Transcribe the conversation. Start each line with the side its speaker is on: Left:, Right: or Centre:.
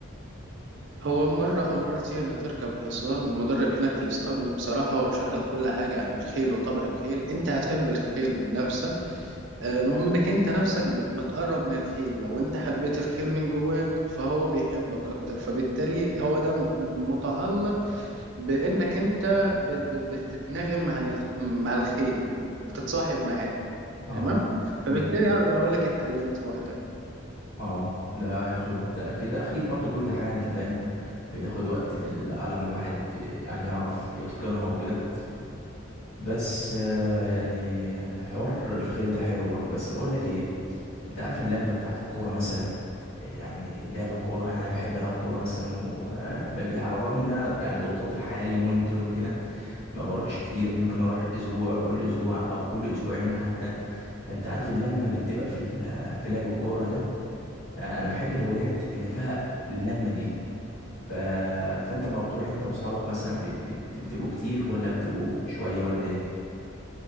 Right: هو مرة أو مرتين هتركب الحصان المدرب هناك في الاسطبل بصراحة هو بيشرح لك كل حاجة عن الخيل وطبع الخيل أنت هتحب الخيل من نفسك آه، المهم إنك أنت نفسك بت- بتقرب من الخيل لو أنت حبيت الخيل من جواك فهو بيحبك أكتر فبالتالي هو ده م- متعلق بانك انت بت- بت- بتتناغم مع ال- مع الخيل يعني بتتصاحب معاه
Left: اه
Right: تمام فبالتالي
Left: امم
Right: اقدر اقول لك اتعلمت وقتها
Left: اه ده هياخد اكيد اكيد برضو كل حاجه انت فاهم بتاخد وقت في ال- على ما الواحد يعني يعرف يتقنها وكده بس آه، يعني حوار الخيل ده حلو برضو بس بقول لك ايه انت عارف اللمه بتاعت الكوره مثلا يعني لعب الكوره يعني انا بحب العب كوره مثلا وباجي على الرغم ان انا يعني ضغوطات الحياه اليومين دول وكده ما بروحش كتير ممكن اروح اسبوع كل اسبوع او كل اسبوعين حتى فانت عارف اللمه اللي بتبقى في ال- آه، في لعب الكوره ده آه، انا بحب الهوايات اللي فيها اللمه دي ف... فانت ما بتروح انت واصحابك مثلا بت... بت... بتبقوا كتير ولا بتبقوا شويه ولا ايه